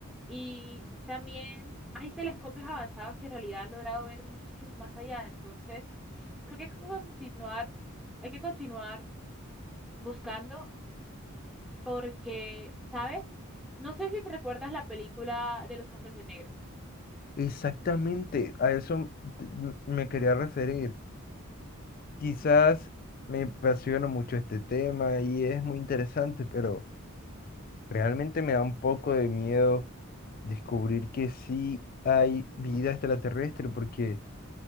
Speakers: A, in the centre; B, on the left.
A: Y también hay telescopios avanzados que en realidad han logrado ver muchísimo más allá. Entonces, creo que hay que continuar, hay que continuar buscando porque, ¿sabes? No sé si te recuerdas la película de los hombres de negro.
B: Exactamente, a eso m- me quería referir. Quizás me apasiona mucho este tema y es muy interesante, pero realmente me da un poco de miedo descubrir que sí hay vida extraterrestre porque...